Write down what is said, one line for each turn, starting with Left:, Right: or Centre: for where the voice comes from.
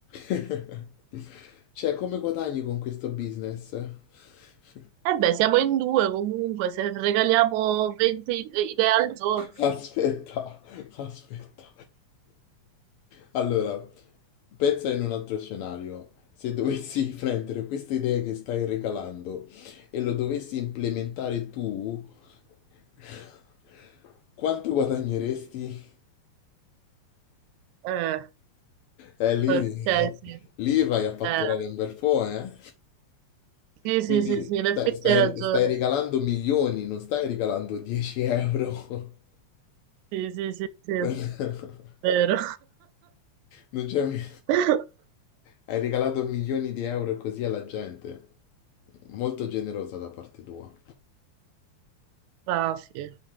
Left: eh? <laughs> Cioè, come guadagni con questo business? <laughs>
Right: E beh, siamo in due comunque, se regaliamo 20 idee al giorno.
Left: <laughs> Aspetta, aspetta. Allora, pensa in un altro scenario. Se dovessi <laughs> prendere queste idee che stai recalando e lo dovessi implementare tu, <laughs> quanto guadagneresti?
Right: Eh,
Left: Eh, lì,
Right: ok, sì.
Left: lì vai a fatturare
Right: Eh.
Left: un bel po', eh?
Right: Sì, sì,
Left: Quindi
Right: sì, sì, in
Left: stai,
Right: effetti
Left: stai,
Right: hai ragione.
Left: stai regalando milioni, non stai regalando 10 euro.
Right: Sì, sì, sì, sì,
Left: <laughs>
Right: vero.
Left: Non c'è... mi-
Right: <laughs>
Left: Hai regalato milioni di euro così alla gente. Molto generosa da parte tua.
Right: Raffi.